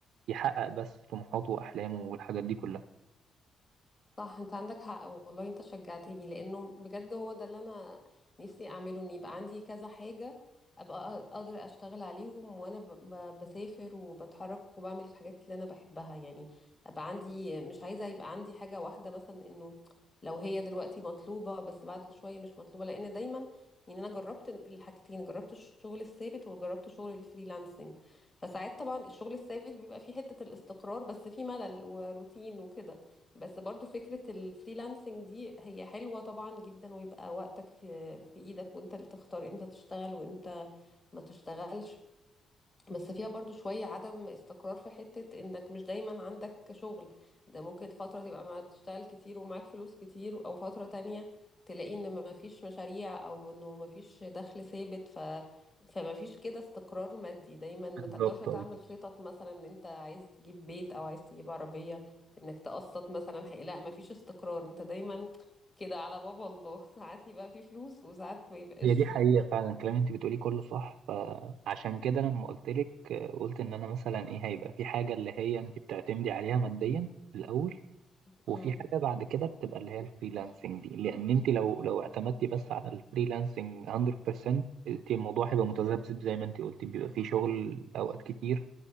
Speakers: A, on the right (about 85°); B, on the left (about 25°).
A: يحقق بس طموحاته واحلامه والحاجات دي كلها
B: صح انت عندك حق والله انت شجعتني لانه بجد هو ده اللي انا نفسي اعمله ان يبقى عندي كذا حاجة ابقى اقدر اشتغل عليهم وانا ب- ب- بسافر وبتحرك وبعمل الحاجات اللي انا بحبها يعني ابقى عندي مش عايزة يبقى عندي حاجة واحدة مثلا انه لو هي دلوقتي مطلوبة بس بعد شوية مش مطلوبة لان دايما يعني انا جربت الحاجتين جربت الشغل الثابت وجربت شغل الفريلانسنج فساعات طبعا الشغل الثابت بيبقى فيه حتة الاستقرار بس فيه ملل وروتين وكده بس برضو فكرة الفريلانسنج دي هي حلوة طبعا جدا ويبقى وقتك في في ايدك وانت اللي تختار امتى تشتغل وامتى ما تشتغلش بس فيها برضو شوية عدم استقرار في حتة انك مش دايما عندك شغل ده ممكن فترة تبقى ما بتشتغل كتير ومعاك فلوس كتير او فترة تانية تلاقي ان ما فيش مشاريع او انه ما فيش دخل ثابت ف فما فيش كده استقرار مادي دايما ما
A: بالظبط
B: تقدرش تعمل
A: آه.
B: خطط مثلا ان انت عايز تجيب بيت او عايز تجيب عربية انك تقسط مثلا حقيقة لا ما فيش استقرار انت دايما كده على باب الله <laughs> ساعات يبقى في فلوس وساعات ما يبقاش
A: هي دي
B: فيه
A: حقيقة فعلا الكلام اللي انت بتقوليه كله صح فعشان كده لما قلت لك آه، قلت ان انا مثلا ايه هيبقى في حاجة اللي هي انت بتعتمدي عليها ماديا في الاول
B: مم.
A: وفي حاجة بعد كده بتبقى اللي هي الفريلانسنج دي لأن أنت لو لو اعتمدتي بس على الفريلانسنج 100% أنت الموضوع هيبقى متذبذب زي ما أنت قلتي بيبقى فيه شغل أوقات كتير